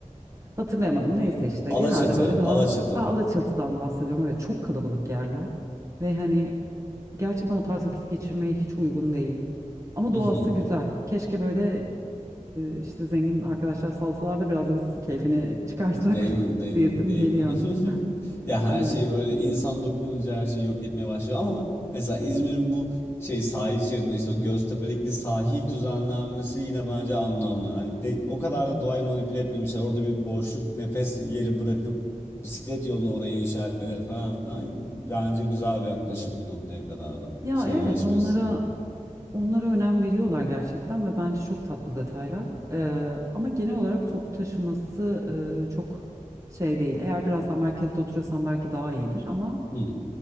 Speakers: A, on the right; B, on the left.
A: Hatırlayamadım
B: Hangi-
A: neyse işte
B: Alaçatı,
A: genelde böyle daha
B: Alaçatı.
A: Aa, Alaçatı'dan bahsediyorum. Evet çok kalabalık yerler ve hani gerçekten o tarz vakit geçirmeye hiç uygun değil. Ama
B: <laughs>
A: doğası güzel. Keşke böyle e, işte zengin arkadaşlar salsalar da biraz da biz keyfini çıkarsak
B: Değil mi?
A: <laughs>
B: Değil
A: diyesim
B: mi? Değil
A: geliyor.
B: mi? <laughs> Ya her
A: Evet.
B: şey böyle insan dokununca her şeyi yok etmeye başlıyor ama mesela İzmir'in bu şey sahil şeridinde işte o Göztepe'deki sahil düzenlenmesi yine bence anlamlı. Hani de- o kadar da doğayı manipüle etmemişler. Orada bir boşluk nefes yeri bırakıp bisiklet yolunu oraya inşa etmeleri falan filan bence güzel bir yaklaşım bir noktaya kadar da
A: Ya
B: şehirleşme
A: evet onlara
B: açısından.
A: onlara önem veriyorlar gerçekten ve bence çok tatlı detaylar. Ee, ama genel olarak toplu taşıması e, çok şey değil. Eğer biraz daha merkezde oturuyorsan belki daha iyidir ama
B: Hı.